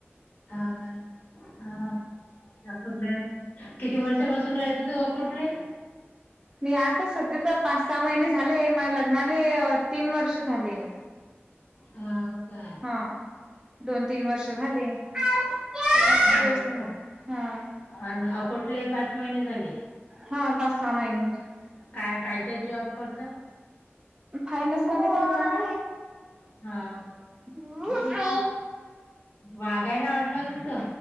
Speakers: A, on the left (about 40°); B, on the right (about 20°).
A: ह ना हा पूला किती वर्षापासून राहयचं त्हा कुठले?
B: मी आता सध्या तर पाच सहा महिने झाले माझ लग्नाले तीन वर्ष झाले.
A: हा का
B: हा दोन तीन वर्ष झाले जास्त
A: हा
B: दिवस नाही
A: का
B: झाले हा
A: आणि अकोटले पाच महिने झाले.
B: हा पाच सहा महिने
A: काय कायत जॉब करत?
B: फायनस मध्ये करता
A: हो
B: ना?
A: वागायला अडलं तुमचं?